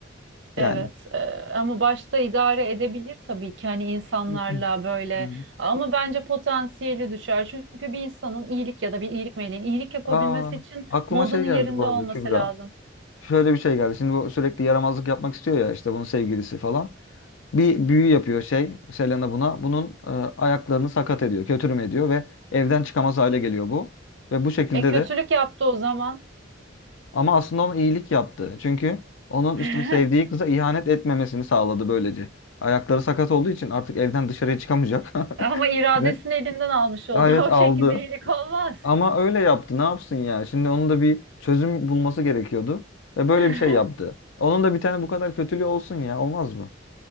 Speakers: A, on the left (about 80°); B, on the right (about 65°).
A: Yani.
B: Evet e, ama başta idare edebilir tabii ki hani insanlarla
A: <clears throat> Hı
B: böyle
A: hı.
B: ama bence potansiyeli düşer. Çünkü bir insanın iyilik ya da bir iyilik meleğin iyilik yapabilmesi
A: Aa,
B: için
A: aklıma
B: modunun
A: şey geldi
B: yerinde
A: bu arada
B: olması
A: Kübra.
B: lazım.
A: Şöyle bir şey geldi. Şimdi bu sürekli yaramazlık yapmak istiyor ya işte bunun sevgilisi falan. bir büyü yapıyor şey Selena buna. Bunun e, ayaklarını sakat ediyor, kötürüm ediyor ve evden çıkamaz hale geliyor bu. Ve bu şekilde
B: E kötülük
A: de
B: yaptı o zaman
A: ama aslında ona iyilik yaptı. Çünkü onun
B: <laughs>
A: işte sevdiği kıza ihanet etmemesini sağladı böylece. Ayakları sakat olduğu için artık evden dışarıya çıkamayacak. <laughs>
B: ama iradesini
A: Ve
B: elinden almış oldu.
A: evet
B: <laughs> O
A: aldı.
B: şekilde iyilik olmaz.
A: Ama öyle yaptı. Ne yapsın yani? Şimdi onun da bir çözüm bulması gerekiyordu. Ve böyle
B: <laughs>
A: bir şey yaptı. Onun da bir tane bu kadar kötülüğü olsun ya. Olmaz mı?